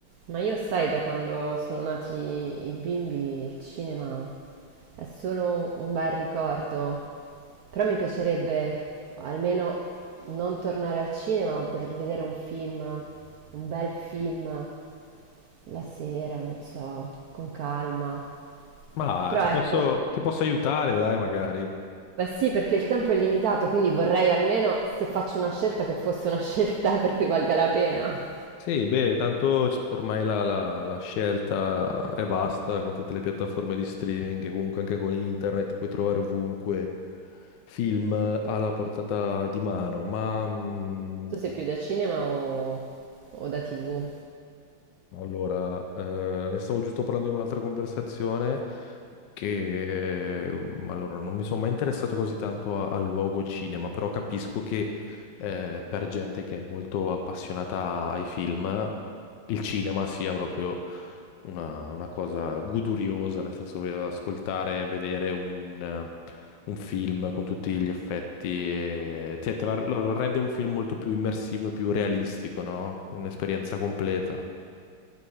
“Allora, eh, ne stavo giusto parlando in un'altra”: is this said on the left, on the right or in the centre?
Left